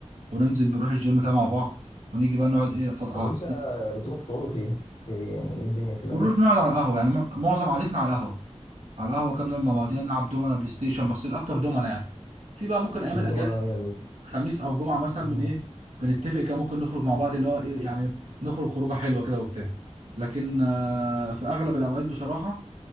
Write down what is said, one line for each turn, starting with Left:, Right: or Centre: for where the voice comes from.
Right: وننزل نروح الجيم كده مع بعض ونيجي بقى نقعد ايه ف... آه،
Left: طب انت بتروح بتقعدوا فين إيه يعني ايه الدنيا في الاماكن
Right: بنروح نقعد على القهوة يعني مع- معظم قعدتنا على القهوة على القهوة كده بنقعد مع بعضينا نلعب دومنا بلاي ستيشن بس الأكتر دومنا يعني في بقى ممكن أيام
Left: الضمنه
Right: الأجازة
Left: هي
Right: خميس أو جمعة مثلا
Left: ال...
Right: بن ايه بنتفق كده ممكن نخرج مع بعض اللي هو ايه يعني نخرج خروجة حلوة كده وبتاع لكن آه، في أغلب الأوقات بصراحة